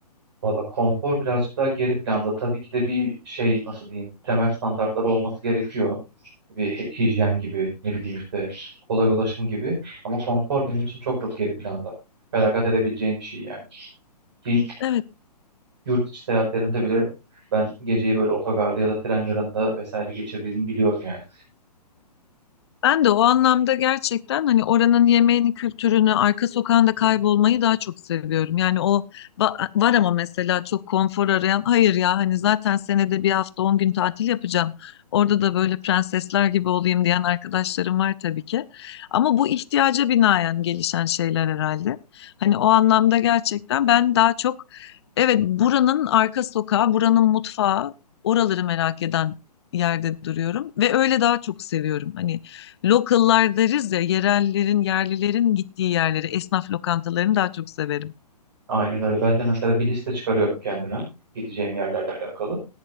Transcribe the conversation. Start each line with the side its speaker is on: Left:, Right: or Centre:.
Right: Valla konfor birazcık daha geri planda. Tabii ki de bir şey nasıl diyeyim temel standartlar olması gerekiyor. Bir hi- hijyen gibi ne bileyim işte kolay ulaşım gibi. Ama konfor benim için çok çok geri planda. Feragat edebileceğim bir şey yani. İlk
Left: Evet.
Right: yurt içi seyahatlerimde bile ben geceyi böyle otogarda ya da tren garında vesaire geçirdiğimi biliyorum yani.
Left: Ben de o anlamda gerçekten hani oranın yemeğini, kültürünü, arka sokağında kaybolmayı daha çok seviyorum. Yani o ba- var ama mesela çok konfor arayan, hayır ya hani zaten senede bir hafta 10 gün tatil yapacağım. Orada da böyle prensesler gibi olayım diyen arkadaşlarım var tabii ki. Ama bu ihtiyaca binaen gelişen şeyler herhalde. Hani o anlamda gerçekten ben daha çok evet buranın arka sokağı, buranın mutfağı, oraları merak eden yerde duruyorum ve öyle daha çok seviyorum. Hani Local'lar deriz ya, yerellerin, yerlilerin gittiği yerleri, esnaf lokantalarını daha çok severim.
Right: Aynen öyle. Ben de mesela bir liste çıkarıyorum kendime gideceğim yerlerle alakalı.